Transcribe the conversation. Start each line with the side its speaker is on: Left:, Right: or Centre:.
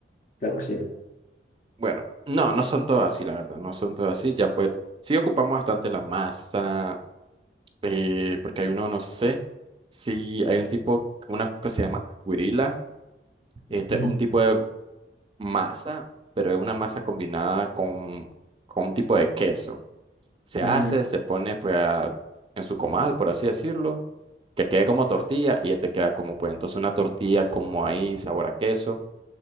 Left: Claro que sí.
Right: Bueno, no, no son todos así, la verdad, no son todos así. Ya pues, sí ocupamos bastante la masa, eh, porque hay uno, no sé, si hay un tipo, una que se llama guirila, este,
Left: Ujú,
Right: un tipo de masa, pero es una masa combinada con, con un tipo de queso. Se
Left: ujú.
Right: hace, se pone pues a- en su comal, por así decirlo, que quede como tortilla y ya te queda como pues entonces una tortilla como ahí, sabor a queso,